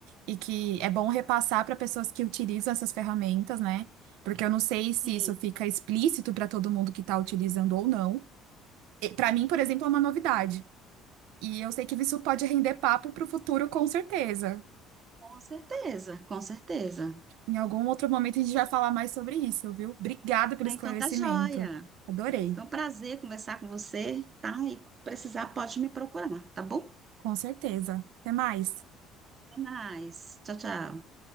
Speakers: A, on the right; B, on the right.
A: e que é bom repassar para pessoas que utilizam essas ferramentas, né? Porque eu não sei
B: Sim.
A: se isso fica explícito para todo mundo que está utilizando ou não. Para mim, por exemplo, é uma novidade. E eu sei que isso pode render papo para o futuro, com certeza.
B: Com certeza, com certeza.
A: Em algum outro momento a gente vai falar mais sobre isso, viu? Obrigada pelo
B: Ah,
A: esclarecimento.
B: Então tá joia.
A: Adorei.
B: Foi um prazer conversar com você, tá? E quando precisar, pode me procurar, tá bom?
A: Com certeza. Até mais.
B: Até mais. Tchau, tchau.